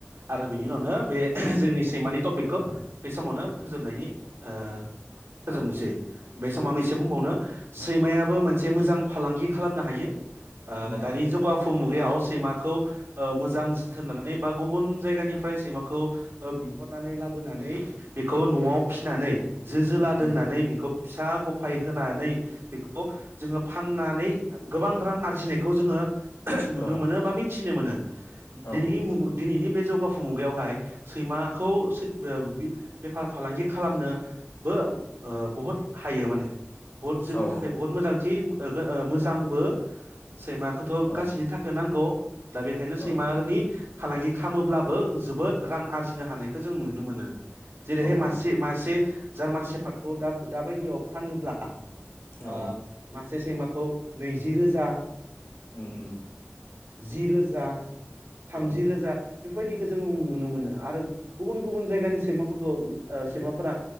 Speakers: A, on the right; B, on the left.
A: आरो बिनि उनावनो बे जोंनि सैमानि टपिकखौ बे समावनो फोजोबनायनि ओ फोजोबनोसै
B: औ
A: बे समाव
B: औ
A: आं इसे बुंबावनो। सैमायाबो मोनसे मोजां फालांगि खालामनो हायो। ओ
B: उम
A: दानि जौगाफु फु मुगायाव सैमाखौ ओ मोजां जोथोन लानानै बा गुबुन जायगानिफ्राय सैमाखौ ओ बिहरनानै लाबोनानै बेखौ नआव फिनानै जो जोला
B: उम
A: दोननानै बेखौ फिसा गफाय होनानै बेखौ जोङो फाननानै गोबां रां आरजिनायखौ जोङो नुनो
B: औ
A: मोनो बा मिथ थिनो मोनो।
B: औ
A: दिनैनि मुग दिनैनिब बे जौगाफु मुगायावहाय सैमाखौ सै बो बि बेफार फालांगि खालामनोबो ओ बुहुद हायो माने बहुत जोंनि
B: औ
A: थाखाय बहुत मोजांथि। ओ गो ओ मोजांबो सैमा गासैनि
B: औ
A: थाखाय नांगौ। दा बेखायनो
B: औ
A: सैमागोनि फालांगि खामोब्लाबो जोबोद रां आरजिनो हानायखौ जों नुनो मोनो। जेरैहाय
B: औ
A: मासे
B: औ
A: मासे जार्मान सेपार्टखौ दा-दाबायदियाव फानोब्ला ओ
B: औ
A: मास से सैमाखौ नैजि रोजा
B: उम उम।
A: जि रोजा। थामजि
B: औ
A: रोजा। बेफोरबायदिखो जों नुनो मोनो आरो गुबुन गुबुन जायगानि सैमाफोरखौ नु ओ सैमाफोरा